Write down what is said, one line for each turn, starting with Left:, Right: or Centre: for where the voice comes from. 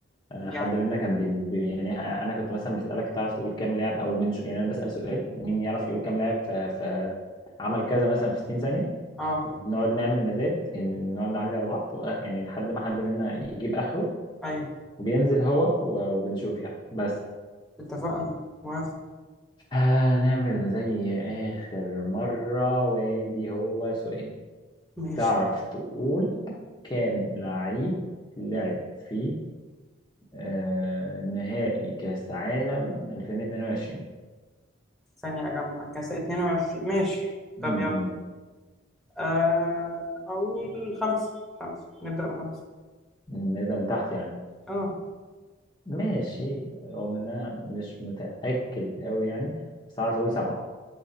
Left: آه،
Centre: يعني
Left: حد منا كان بي بي- يعني انا كنت مثلا بسالك تعرف تقول كام لاعب او من ش... يعني انا بسال سؤال مين يعرف يقول كام لاعب ف... ف... عمل كذا مثلا في 60 ثانيه
Centre: اه
Left: وبنقعد نعمل مزاد يعني نقعد نعلي على بعض و- يعني لحد ما حد منا يجيب آخره
Centre: ايوه
Left: وبينزل هو و- وبنشوف يعني بس
Centre: اتفقنا موافق
Left: هنعمل زي آخر مرة وادي هو سؤال
Centre: ماشي
Left: تعرف تقول كام لعيب لعب في آه نهائي كأس عالم 2022
Centre: ثانية اجمع كاس 22 ماشي
Left: امم
Centre: طب يلا آه اقول خمسة خمسة نبدأ بخمسة
Left: نبدأ من تحت يعني
Centre: اه
Left: ماشي رغم ان انا مش متأكد قوي يعني بس اعرف اقول سبعة